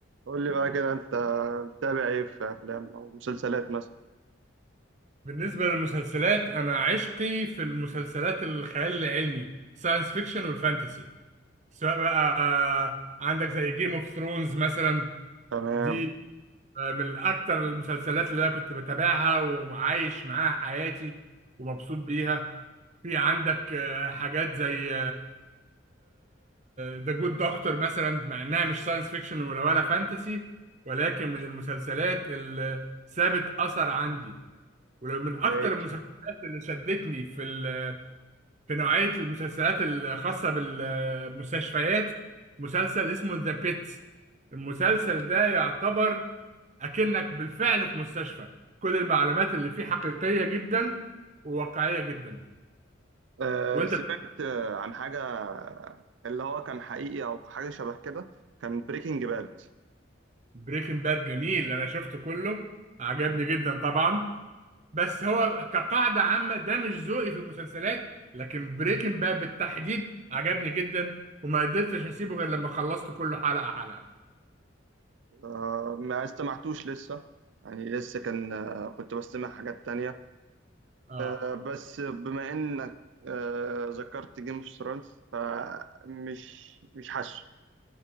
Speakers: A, on the right (about 70°); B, on the right (about 35°).
A: قول لي بقى كده انت بتتابع ايه في افلام او مسلسلات مثلا
B: بالنسبة للمسلسلات أنا عشقي في المسلسلات الخيال العلمي ساينس فيكشن والفانتسي سواء بقى آه، عندك زي جيم اوف ثرونز مثلا
A: تمام
B: دي آه، من أكتر المسلسلات اللي أنا كنت بتابعها وعايش معاها حياتي ومبسوط بيها في عندك آه، حاجات زي ذا جود دكتور مثلا مع إنها مش ساينس فيكشن ولا ولا فانتسي ولكن من المسلسلات اللي سابت أثر عندي ومن اكتر
A: ماشي
B: المسلسلات اللي شدتني في ال... في نوعيه المسلسلات الخاصه بالمستشفيات مسلسل اسمه ذا بيت المسلسل ده يعتبر اكنك بالفعل في مستشفى كل المعلومات اللي فيه حقيقيه جدا وواقعيه جدا
A: أه
B: وانت
A: سمعت آه، عن حاجه اللي هو كان حقيقي او حاجه شبه كده كان بريكنج باد
B: بريكنج باد جميل انا شفته كله عجبني جدا طبعا بس هو كقاعدة عامة ده مش ذوقي في المسلسلات لكن بريكنج باد بالتحديد عجبني جدا وما قدرتش اسيبه غير لما خلصت كله حلقة حلقة
A: أه ما استمعتوش لسه يعني لسه كان آه، كنت بستمع حاجات تانية
B: اه
A: أه بس بما انك أه ذكرت جيم اوف ثرونز فمش مش حاسه